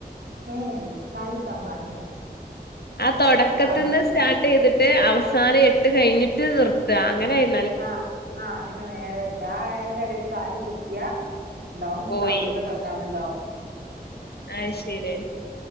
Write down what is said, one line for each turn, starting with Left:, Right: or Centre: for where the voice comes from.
Right: ഏ എ കാലുത്താൻ പാടില്ല
Left: ആ തുടക്കത്തിന്ന്
Right: ആഹ്
Left: സ്റ്റാർട്ട് ചെയ്തിട്ട് അവസാനം എട്ട് കഴിഞ്ഞിട്ട് നിർത്തുക അങ്ങനെയാണ്
Right: ആഹ് ആ അങ്ങനെ നേരെ ഇണ്ട് ആ അയിൻ്റെ ഇടേല് കാല് കുത്തിയാ ണ്ടാവും
Left: പോയി.
Right: കാമ്പീമേ കൊറച്ച് നാള് ഉണ്ടാവും
Left: അഹ് ശരി